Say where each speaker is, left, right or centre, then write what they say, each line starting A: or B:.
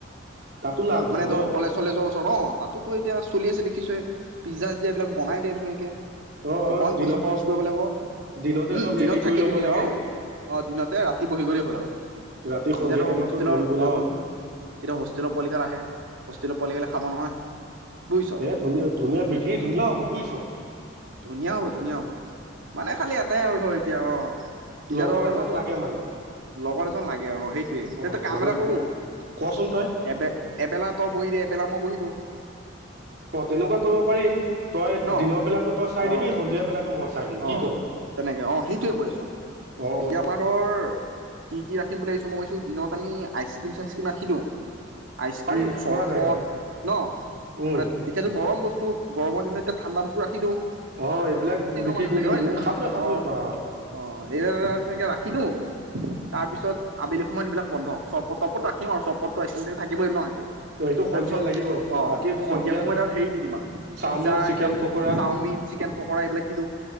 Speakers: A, on the right (about 50°); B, on the right (about 80°).
A: তাতো লাভ হ'ব
B: মানে ধৰ
A: ন?
B: কলেজ চলেজৰ অ, তাতোতো এতিয়া চলি আছে দেখিছএ। পিজ্জা চিজ্জা এইবিলাক বনাই দে ধুনীয়াকে।
A: অ',
B: অকমান
A: দিনতে
B: পইচা খৰচ কৰিব লাগিব,
A: দিনতে
B: উম,
A: চব
B: দিনত
A: ৰেডি
B: থাকি
A: কৰি ল'ব
B: দিলি।
A: লাগে।
B: অ। অ, দিনতে, ৰাতি বহি গলেই হ'ল আৰু।
A: ৰাতি সন্ধিয়া
B: এতিয়া ধৰ
A: টাইমতো বহি গ'লে
B: অ',
A: হ'ল।
B: এতিয়া হোষ্টেলৰ পায়ালিগাল আহে। হোষ্টেলৰ পোৱালি গালে খাব নহয়। বুজিছ?
A: এ ধুনীয়া ধুনীয়া বিক্ৰী ধুনীয়া হ'ব বুজিছ।
B: ধুনীয়া হ'ব, ধুনীয়া হ'ব। মানে খালি এটাই আৰু ধৰ এতিয়া, অ'। এতিয়া
A: লগত
B: ধৰ
A: এজন লাগে মানে।
B: লগৰ এজন লাগে আৰু, সেইটোৱেই।
A: অ',
B: তেই কাম
A: মানে
B: এটা কৰোঁ?
A: কচোন তই
B: এব এবেলা তই বহি দে, এবেলা মই বহি দিওঁ।
A: অ', তেনেকুৱা কৰিব পাৰি। তই
B: ন
A: দিনৰ বেলাতো তই চাই
B: অ
A: দিবি, সন্ধিয়া বেলাতো মই চাই। দিম কি
B: অ',
A: ক?
B: তেনেকে অ', সেইটয়ে কৈ আছোঁ,
A: অ',
B: এতিয়া আমাৰ ধৰ কি কি ৰাখিম বুলি ভাবিছো মই ভাবছো দিনত আমি আইচক্ৰীম চাইচক্ৰীম ৰাখি দিওঁ। আইচক্ৰীম
A: পাৰি
B: চৰবত
A: পৰা যায় অ',
B: ন?
A: উম,
B: মানে এতিয়াতো গৰম বস্তু গৰমৰ দিনত এতিয়া ঠাণ্ডা বস্তু ৰাখি দিওঁ।
A: অ', এইবিলাক
B: মানহ বিলাক
A: কৰিলে
B: হয় নাই?
A: খাবই খাবই
B: অ,
A: বা
B: অ, তে ৰা <unintelligible> তাৰপিছত আবেলি সময়ত সেইবিলাক বন্ধ। চৰপত তৰপত ৰাখিম আৰু চৰপতটো আইচক্ৰীমতো থাকিবই ন সেইটো।
A: এইটো
B: তাৰপিছত
A: সন্ধিয়া লাগিব
B: অ
A: বাকী
B: সন্ধিয়া সময়ত
A: তই
B: আৰু হেৰি দি দিম আমি
A: চাওমিন,
B: পিজ্জা
A: chicken
B: এইগাল
A: pakora
B: chowmein chicken pakora এইবিলাক দি দিওঁ।